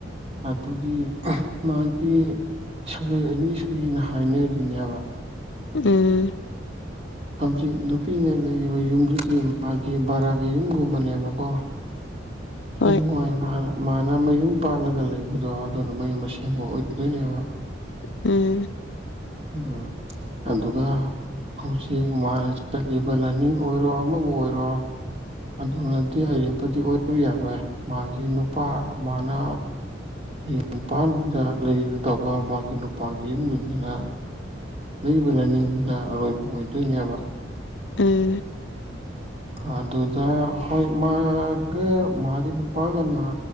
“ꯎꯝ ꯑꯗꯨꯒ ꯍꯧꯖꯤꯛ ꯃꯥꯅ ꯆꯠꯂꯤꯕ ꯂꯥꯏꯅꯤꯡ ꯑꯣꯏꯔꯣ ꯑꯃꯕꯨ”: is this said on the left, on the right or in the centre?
Right